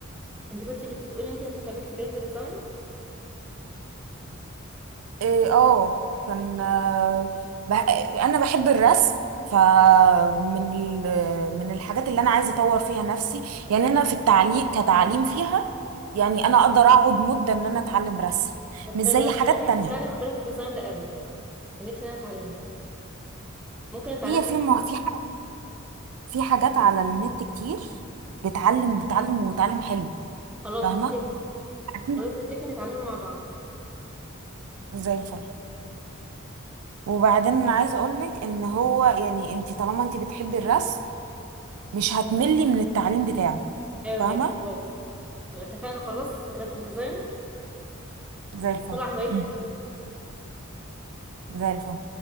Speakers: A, in the centre; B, on the right.
A: انت كنت بتقولي انت هتكملي في جرافيك ديزاين
B: إيه، اه كان آه، بح... أنا بحب الرسم فمن ال... من الحاجات اللي أنا عايزة أطور فيها نفسي يعني أنا في التعليم كتعليم فيها يعني أنا أقدر أقعد مدة إن أنا أتعلم رسم
A: طب
B: مش زي
A: حلو انا
B: حاجات
A: كمان نفسي
B: تانية
A: اتعلم الجرافيك ديزاين ده قوي كان نفسي إن انا اتعلمه ممكن اتعلمه
B: هي في م- في ح- في حاجات على النت كتير بتعلم بتعلم وتعلم حلو
A: خلاص
B: فاهمه
A: نتفق
B: أكيد.
A: خلاص نتفق نتعلمه مع بعض
B: زي الفل وبعدين انا عايزه اقول لك ان هو يعني انت طالما انت بتحبي الرسم مش هتملي من التعليم بتاعه
A: ايوه
B: فاهمه
A: بجد خلاص يبقى اتفقنا خلاص جرافيك ديزاين
B: زي الفل
A: طلع هوايتنا
B: مم.
A: فيه.
B: زي الفل